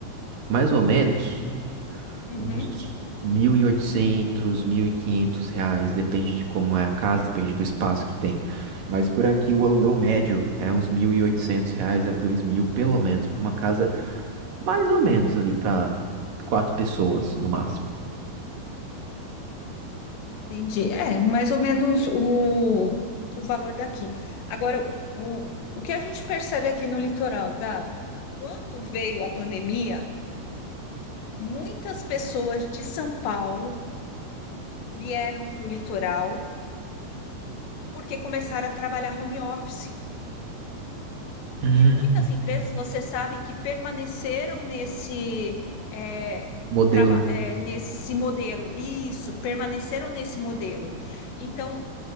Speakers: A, on the right; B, on the left.
A: mais ou menos
B: Uhum.
A: uns mil mil e oitocentos, mil e quinhentos reais, depende de como é a casa, depende do espaço que tem. Mas por aqui o aluguel médio é uns 1.800 reais a 2.000 pelo menos, para uma casa mais ou menos ali pra quatro pessoas no máximo.
B: Entendi. É, mais ou menos o, o valor daqui. Agora, o, o que a gente percebe aqui no litoral, Gabi, quando veio a pandemia, muitas pessoas de São Paulo vieram para o litoral porque começaram a trabalhar home office.
A: Hum,
B: E muitas empresas, você sabe, que permaneceram nesse, é,
A: Modelo.
B: traba- é, nesse modelo. Isso, permaneceram nesse modelo. Então,